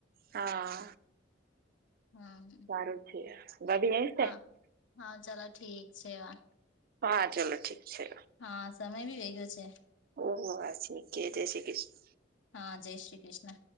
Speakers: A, on the right; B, on the left.
A: હા
B: હમ
A: સારું જ છે ભા ભીએ છે.
B: હા હા ચાલો ઠીક છે વા
A: હા ચાલો ઠક છે.
B: હા સમય બી વે ગયો છે.
A: ઓહ હ શીખે જય શ કૃષ્ણ
B: હા જય શ્રી કૃષ્ણ